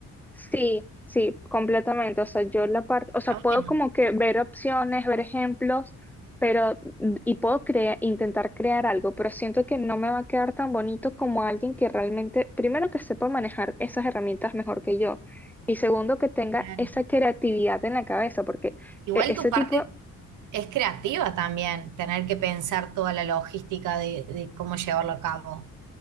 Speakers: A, in the centre; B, on the right (about 80°).
A: Sí, sí, completamente. O sea, yo la parte, o sea,
B: Ah,
A: puedo
B: bueno,
A: como que ver opciones, ver ejemplos, pero, y puedo crea- intentar crear algo, pero siento que no me va a quedar tan bonito como alguien que realmente, primero que sepa manejar esas herramientas mejor que yo, y segundo que tenga
B: claro.
A: esa creatividad en la cabeza, porque
B: Igual
A: e- ese
B: tu parte
A: tipo,
B: es creativa también, tener que pensar toda la logística de, de cómo llevarlo a cabo.